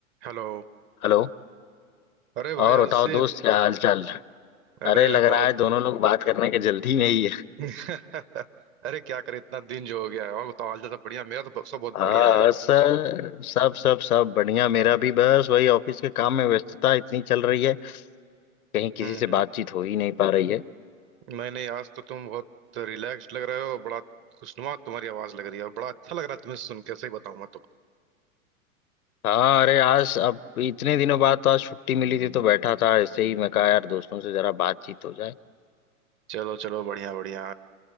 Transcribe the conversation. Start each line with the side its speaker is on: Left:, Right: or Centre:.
Right: Hello
Left: हेलो
Right: अरे भाई
Left: और
Right: अर्षित
Left: बताओ दोस्त क्या हाल चाल
Right: अरे
Left: अरे लग
Right: बहुत
Left: रहा है दोनों लोग बात करने के जल्दी में ही है
Right: <laughs> अरे क्या करे इतना दिन जो हो गया है और बताओ हाल चाल सब बढ़िया मेरा तो ब- सब बहुत
Left: हाँ
Right: बढ़िया है यार
Left: सर सब सब सब बढ़िया मेरा भी बस वही ऑफिस के काम में व्यस्तता इतनी चल रही है कहीं किसी
Right: हम्म
Left: से बातचीत हो ही नहीं पा रही है
Right: मैंने आज तो तुम बहुत रिलैक्स्ड लग रहे हो और बड़ा खुशनुमा तुम्हारी आवाज लग रही है और बड़ा अच्छा लग रहा है तुम्हें सुन के सही बताऊं मैं तो
Left: हाँ अरे आज अब इतने दिनों बाद तो आज छुट्टी मिली थी तो बैठा था ऐसे ही मैं कहा यार दोस्तों से जरा बातचीत हो जाए
Right: चलो चलो बढ़िया बढ़िया